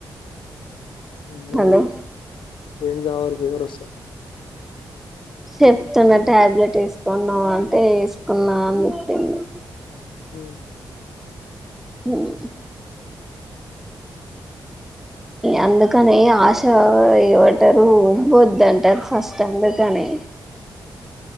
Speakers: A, on the left; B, in the centre.
A: ఉండాల
B: హలో
A: ఏందెవాలా ఫీవర్ వస్తే
B: చెప్తున్నా టాబ్లెట్ ఎసుకున్నా అంటే ఎసుకున్నా అనిచేప్పింది
A: మ్
B: ఉహు అందుకని ఆశ ఇ్వంటరు వ్వదు అంటరు ఫస్ట్ అందుకని